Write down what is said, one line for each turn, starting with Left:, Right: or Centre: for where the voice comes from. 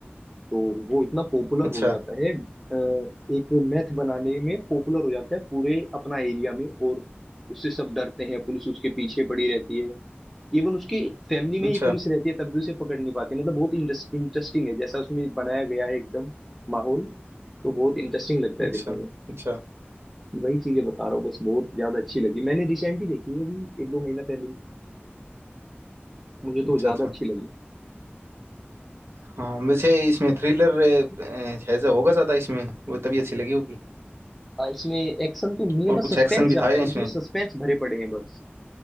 Centre: तो वो इतना पॉपुलर
Right: अच्छा
Centre: हो जाता है अ, एक मैथ बनाने में पॉपुलर हो जाता है पूरे अपना एरिया में और उससे सब डरते हैं पुलिस उसके पीछे पड़ी रहती है इवन उसके फैमिली में
Right: अच्छा
Centre: ही पुलिस रहती है तब भी उसे पकड़ नहीं पाती मतलब बहुत इंटरेस्टिंग है जैसा उसमें बनाया गया है एकदम माहौल तो बहुत इंटरेस्टिंग लगता
Right: अच्छा
Centre: है देखने में
Right: अच्छा
Centre: वही चीजें बता रहा हूँ बस बहुत ज्यादा अच्छी लगी मैंने रिसेंटली देखी है अभी एक दो महीना पहले ही। मुझे तो
Right: अच्छा
Centre: ज्यादा
Right: अच्छा
Centre: अच्छी लगी
Right: हाँ वैसे इसमें थ्रिलर है जो होगा ज्यादा इसमें वो तभी अच्छी लगी होगी
Centre: आ, इसमें एक्शन तो नहीं है
Right: और
Centre: बस
Right: कुछ
Centre: सस्पेंस
Right: एक्शन भी
Centre: ज्यादा
Right: था
Centre: है
Right: इसमें
Centre: इसमें सस्पेंस भरे पड़े हैं बस